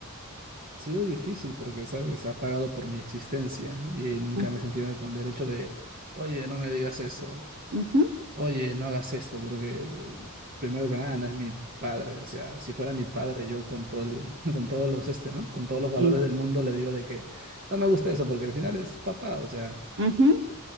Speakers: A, on the right (about 45°); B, on the right (about 60°).
A: Ha sido difícil porque, ¿sabes? Ha pagado por mi existencia y nunca
B: Mm,
A: me he sentido con el derecho de, oye, no me digas eso.
B: ujú,
A: Oye, no hagas esto porque eh, primero que nada no es mi padre, o sea, si fuera mi padre yo con todo el- <laughs> con todos los este, ¿no? Con todos los valores
B: Sí.
A: del mundo le digo de que no me gusta eso porque al final es papá, o sea,
B: ujú,